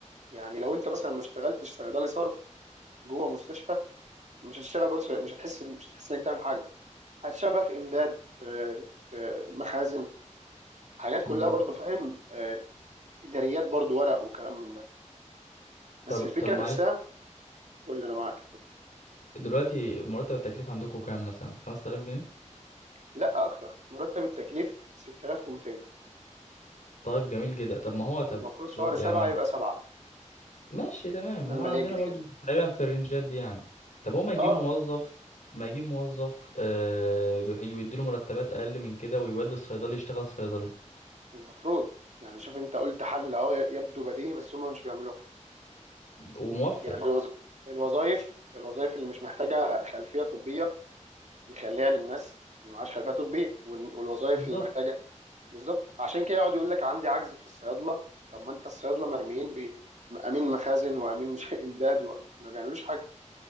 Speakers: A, on the right; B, on the left.
A: يعني لو انت مثلا ما اشتغلتش صيدلي صرف جوه مستشفى مش هتشتغل برضه مش هتحس مش هتحس انك تعمل حاجه هتشتغل بقى في امداد في في مخازن حاجات كلها
B: مم.
A: برضه فاهم آه، اداريات برضه ورق وكلام من ده بس
B: طب
A: الفكره
B: طب معلش
A: نفسها قول لي انا معاك
B: دلوقتي مرتب التكليف عندكم كام مثلا 5000 جنيه
A: لا اكتر مرتب التكليف 6200
B: طيب جميل جدا طب ما هو طب
A: والمفروض
B: سؤال
A: شهر سبعة
B: يعني
A: يبقى سبعة
B: ماشي تمام
A: السنة
B: هو
A: المالية
B: عندنا
A: الجديدة
B: برضو تقريبا في الرنجات دي يعني طب هو ما يجيب
A: اه
B: موظف ما يجيب موظف آه بيحي- ويديله مرتبات اقل من كده ويودي الصيدلي يشتغل صيدلي
A: المفروض يعني شوف انت قلت حل اهو يبدو بديهي بس هم مش بيعملوها
B: وموفر
A: يعني الوظ- الوظائف الوظائف اللي مش محتاجة خلفية طبية يخليها للناس اللي معهاش خلفية طبية وال- والوظائف
B: بالظبط
A: اللي محتاجة بالظبط عشان كده يقعد يقول لك عندي عجز في الصيادلة طب ما انت الصيادلة مرميين بأمين مخازن وأمين مش <laughs> إمداد وما بيعملوش حاجة